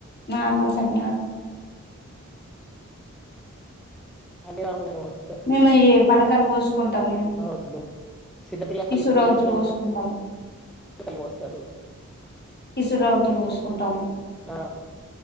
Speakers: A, on the left (about 35°); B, in the centre.
A: నార్మల్ సకి సకినాలు
B: అన్ని రకాలు పోస్తాను,
A: మేము ఏ పలకాలు పోసుకుంటాము,
B: అవును చిన్నపిల్లలు
A: ఇసురా
B: ఉన్నోళ్ళ
A: రావతులు
B: ఇంట్లో
A: పోసుకుంటాము.
B: పాలు పోస్తారు
A: ఇసురావతులు పోసుకుంటాం,
B: ఆ